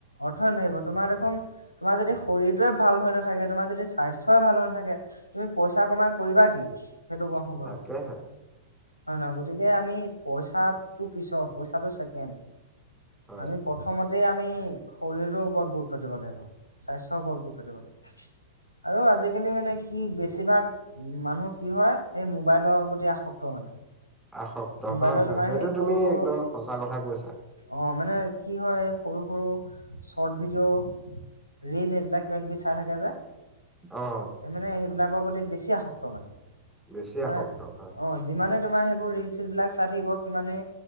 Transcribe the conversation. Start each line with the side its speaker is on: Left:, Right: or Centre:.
Left: অৰ্থ ন আহিব তোমাৰ দেখোন তোমাৰ যদি শৰীৰটোৱে ভাল হৈ নাথাকে, তোমাৰ যদি স্বাস্থ্যয়ই ভাল হৈ নাথাকে তুমি পইচা কমাই কৰিবা কি সেইটো কো বাৰু হয়ে
Centre: তাকেহে
Left: নহয়, গতিকে আমি পইচাটো পিছত পইচাটো ছেকেণ্ড
Centre: হয়
Left: আমি প্ৰথমতে আমি শৰীৰৰটো ওপৰত গুৰুত্ব দিব লাগিব। স্বাস্থ্যৰ ওপৰত গুৰুত্ব দিব লাগে, আৰু আজিকালি মানে কি বেছিভাগ উম মানুহ কি হয় এই মোবাইলৰ প্ৰতি আসক্ত মানে।
Centre: আসক্ত
Left: মোবাইলত
Centre: হয়, হয়,
Left: তোমাৰ
Centre: সেইটো
Left: সেই
Centre: তুমি
Left: সৰু সৰু
Centre: একদম সঁচা কথা কৈছা।
Left: অ' মানে কি হয় সৰু সৰু। চৰৰ্ট ভিডিঅ' ৰিল এইবিলাক কিবাকিবি চাই থাকে যে
Centre: অ'
Left: মানে সেইবিলাকৰ প্ৰতি বেছি আসক্ত মানে
Centre: বেছি
Left: তোমাৰ
Centre: আসক্ত হয়
Left: অ' যিমানে তোমাৰ সেইবোৰ ৰিল চিল বিলাক চাই থাকিব সিমানে